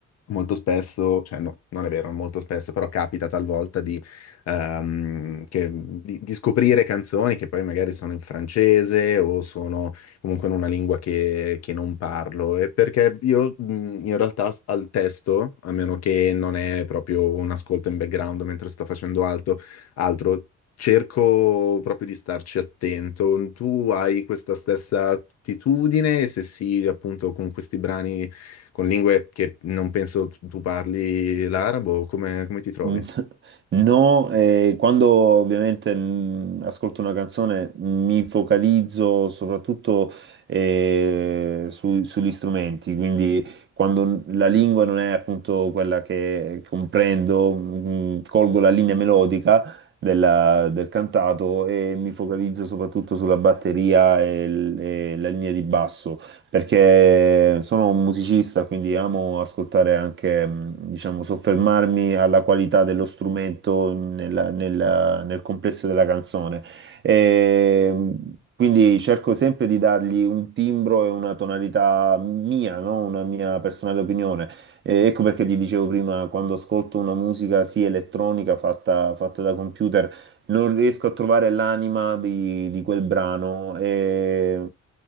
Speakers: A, on the left (about 55°); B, on the right (about 40°).
A: molto spesso, cioè no, non è vero, non molto spesso, però capita talvolta di, ehm, che- di- di scoprire canzoni che poi magari sono in francese o sono comunque in una lingua che, che non parlo. E perché io mh, in realtà s- al testo, a meno che non è proprio un ascolto in background mentre sto facendo alto- altro, cerco proprio di starci attento. Tu hai questa stessa attitudine? E Se sì, appunto con questi brani con lingue che non penso tu tu parli l'arabo, come, come ti trovi?
B: Mm, <laughs> No, eh, quando ovviamente mm, ascolto una canzone mi focalizzo soprattutto eh, su- sugli strumenti, quindi quando n- la lingua non è appunto quella che comprendo, mm, colgo la linea melodica della- del cantato e mi focalizzo soprattutto sulla batteria e, l- e la linea di basso perché sono un musicista, quindi amo ascoltare anche, mh, diciamo, soffermarmi alla qualità dello strumento nella- nella- nel complesso della canzone. E, mh, quindi cerco sempre di dargli un timbro e una tonalità mia, no? Una mia personale opinione. E ecco perché ti dicevo prima, quando ascolto una musica, sì, elettronica, fatta fatta da computer, non riesco a trovare l'anima di, di quel brano e,